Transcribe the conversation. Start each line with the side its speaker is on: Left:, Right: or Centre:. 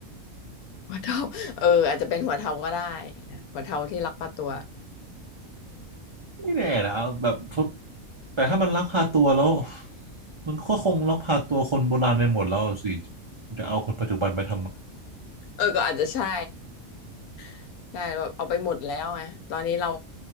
Left: หัวเทาเอออาจจะเป็นหัวเทาก็ได้นะหัวเทาที่รักป้าตัว
Right: ไม่แน่นะแบบทุกแต่ถ้ามันลักพาตัวแล้วมันก็คงลักพาตัวคนโบราณในหมดแล้วสิมันจะเอาคนปัจจุบันไปท
Left: เออก็อาจจะใช่ <laughs> ใช่แบบเอาไปหมดแล้วไงตอนนี้เรา